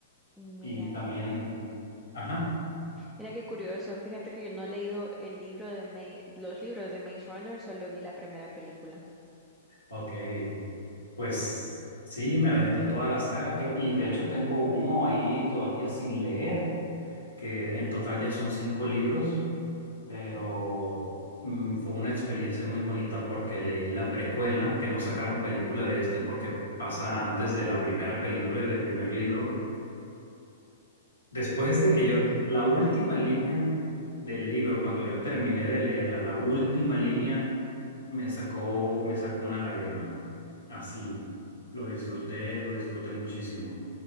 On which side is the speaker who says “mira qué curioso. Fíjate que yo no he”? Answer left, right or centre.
Centre